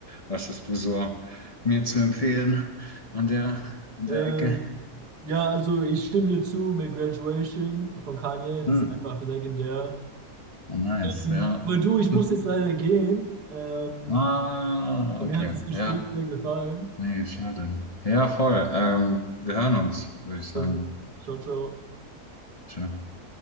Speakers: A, on the left; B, on the right.
A: was hast du so mir zu empfehlen an der, an
B: Ähm,
A: der Ecke?
B: ja, also ich stimme dir zu mit Graduation von Kanye, das
A: Hm,
B: ist einfach legendär.
A: nice,
B: Hm,
A: ja.
B: Aber du, ich muss
A: <laughs>
B: jetzt leider gehen. Ähm,
A: Ah,
B: mir
A: okay,
B: hat das Gespräch
A: ja.
B: sehr gefallen.
A: Nee, schade. Ja, voll. Ähm, wir hören uns, würde ich sagen.
B: Also, ciao, ciao.
A: Ciao.